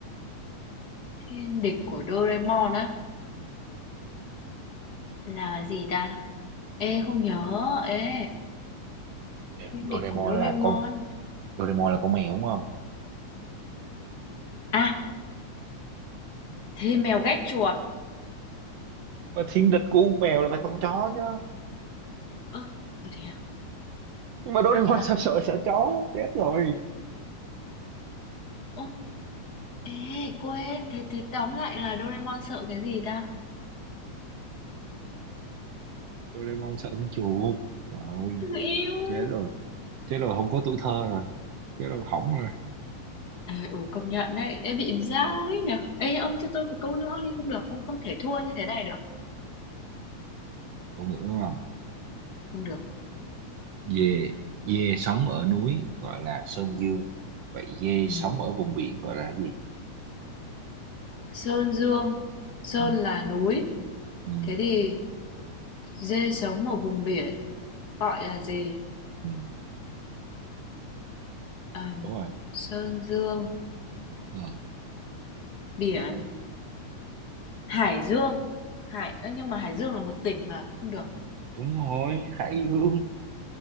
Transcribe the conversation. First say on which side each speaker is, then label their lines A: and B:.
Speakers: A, on the left; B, on the right.
A: Thiên địch của Doraemon á.
B: Ừ.
A: Là gì ta? Ê, không nhớ. Ê,
B: Ê,
A: thiên
B: Doraemon
A: địch của Doraemon.
B: là con Doraemon là con mèo đúng không
A: À, thế mèo ghét chuột.
B: mà thiên địch của con mèo là phải con chó chứ
A: Ơ, ừ, thế à?
B: nhưng mà Doraemon
A: Ơ, thế à?
B: <laughs> sao sợ sợ chó chết rồi
A: Ô, ê, quên, thế thế tóm lại là Doraemon sợ cái gì ta?
B: Doraemon sợ con chuột trời ơi
A: Người yêu!
B: chết rồi chết rồi không có tuổi thơ rồi chết rồi hỏng rồi
A: Ờ, ừ, công nhận đấy, em bị dao ấy nhở? Ê, ông cho tôi một câu nữa đi, không được, không không thể thua như thế này được.
B: còn nữa đúng không
A: Không được.
B: dê dê sống ở núi gọi là sơn dương vậy dê
A: Ừ.
B: sống ở vùng biển gọi là gì
A: Sơn Dương, Sơn
B: ừ,
A: là núi.
B: ừ,
A: Thế thì dê sống ở vùng biển, gọi là gì?
B: ừ.
A: À,
B: đúng rồi
A: Sơn Dương,
B: Ờ,
A: biển, Hải Dương. Hải, ơ, nhưng mà Hải Dương là một tỉnh mà, không được.
B: đúng rồi hải dương